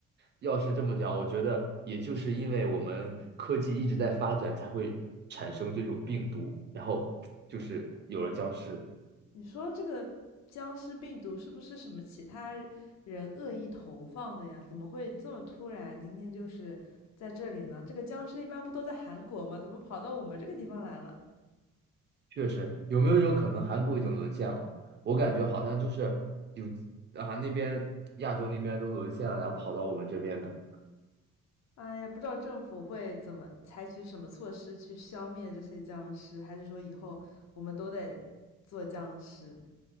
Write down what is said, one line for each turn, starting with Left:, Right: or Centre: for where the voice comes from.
Right: 要是这么讲，我觉得也就是因为我们科技一直在发展，才会产生这种病毒，然后就是有了僵尸。
Left: 你说这个僵尸病毒是不是什么其他人恶意投放的呀？怎么会这么突然？今天就是在这里呢？这个僵尸一般不都在韩国吗？怎么跑到我们这个地方来了？
Right: 确实，有没有一种可能，韩国已经沦陷了？我感觉好像就是有啊，那边亚洲那边都沦陷了，然后跑到我们这边的。
Left: 哎呀，不知道政府会怎么采取什么措施去消灭这些僵尸，还是说以后我们都得做僵尸？